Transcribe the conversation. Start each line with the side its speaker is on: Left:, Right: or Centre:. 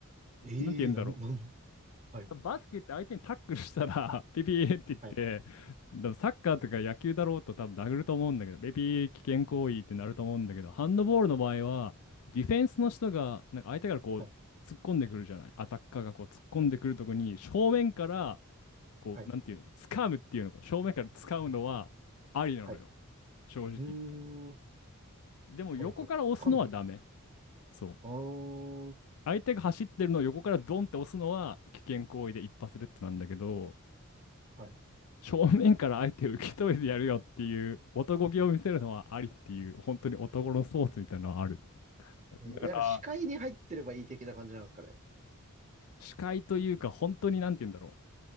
Right: ええーなん、
Left: なんて言うんだろう。
Right: なん、はい、
Left: バスケって相手にタックルしたら、<laughs> ピピーって言って、
Right: はい、
Left: でもサッカーとか野球だろうと多分殴ると思うんだけど、ピピー危険行為ってなると思うんだけど、ハンドボールの場合は、ディフェンスの人が、なんか相手からこう、
Right: はい、
Left: 突っ込んでくるじゃない。アタッカーがこう、突っ込んでくるとこに、正面から、こう、
Right: はい、
Left: なんていうの、掴むっていうの、こう正面から掴むのは、ありなのよ。
Right: はい。
Left: 正直言って。
Right: うーん、は
Left: でも横から押すのはダメ。
Right: い、はい。噛んでいいの
Left: そう。
Right: ああ
Left: 相手が走ってるのを横からドンって押すのは危険行為で一発レッドなんだけど、
Right: ー、はい。
Left: 正面から相手を受け止めてやるよっていう男気を見せるのはありっていう、本当に男のスポーツみたいなのはある。
Right: えー、
Left: だから、
Right: なんか、視界に入ってればいい的な感じなんですかね。
Left: 視界というか、本当になんて言うんだろ